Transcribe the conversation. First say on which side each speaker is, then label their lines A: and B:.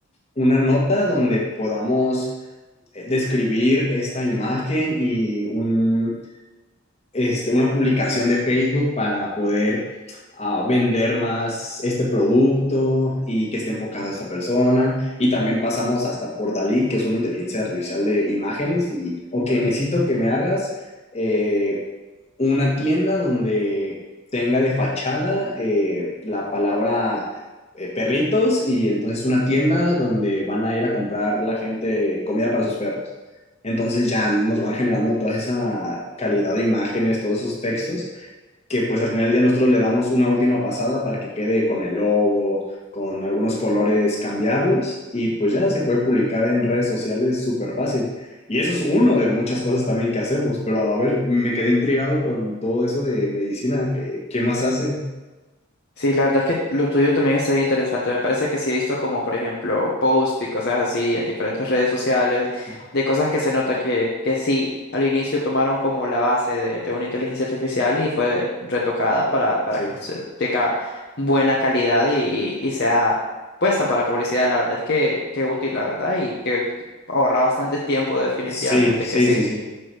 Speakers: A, on the left; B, on the left.
A: una nota donde podamos eh, describir esta imagen y un, este, una publicación de Facebook para poder ah, vender más este producto y que esté enfocado a esta persona. Y también pasamos hasta por Dalí, que es una inteligencia artificial de imágenes. Y, ok,
B: Ujú.
A: necesito que me hagas eh, una tienda donde tenga de fachada eh, la palabra eh, perritos y entonces una tienda donde van a ir a comprar la gente comida para sus perros. Entonces ya nos van generando toda esa calidad de imágenes, todos esos textos que pues al final del día nosotros le damos una última pasada para que quede con el logo, con algunos colores, cambiarlos y pues ya se puede publicar en redes sociales súper fácil. Y eso es uno de muchas cosas también que hacemos, pero a ver, me quedé intrigado con todo eso de medicina, ¿qué, qué más hacen?
B: Sí, la verdad es que lo tuyo también está bien interesante. Me parece que sí he visto como, por ejemplo, posts y cosas así en diferentes redes sociales,
A: Ajá.
B: de cosas que se nota que, que sí, al inicio tomaron como la base de, de una inteligencia artificial y fue retocada para, para
A: Sí,
B: que se tenga buena calidad y, y sea puesta para publicidad. La verdad es que, que útil, la verdad, y que ahorra bastante tiempo, definitivamente
A: sí, sí,
B: que sí.
A: sí, sí.